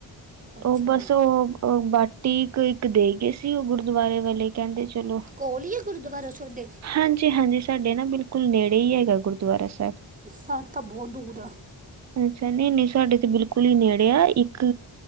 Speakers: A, on the right; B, on the right.
A: ਅੱਛਾ
B: ਉਹ ਬੱਸ
A: ਜੀ
B: ਉਹ ਬਾ ਟੀਕ ਇੱਕ ਦੇ ਗਏ ਸੀ, ਉਹ ਗੁਰਦੁਆਰੇ ਵਾਲੇ ਕਹਿੰਦੇ ਚਲੋ
A: ਕੋਲ ਹੀ ਹੈ ਗੁਰਦੁਆਰਾ ਤੁਹਾਡੇ
B: ਹਾਂਜੀ, ਹਾਂਜੀ ਸਾਡੇ ਨਾ ਬਿਲਕੁਲ ਬਿਲਕੁਲ ਨੇੜੇ ਹੀ ਹੈਗਾ, ਗੁਰਦੁਆਰਾ ਸਾਹਿਬ
A: ਸਾਡੇ ਤਾਂ ਬਹੁਤ ਦੂਰ ਆ।
B: ਅੱਛਾ ਨਹੀਂ, ਨਹੀਂ ਸਾਡੇ ਤੇ ਬਿਲਕੁਲ ਹੀ ਨੇੜੇ ਆ ਇੱਕ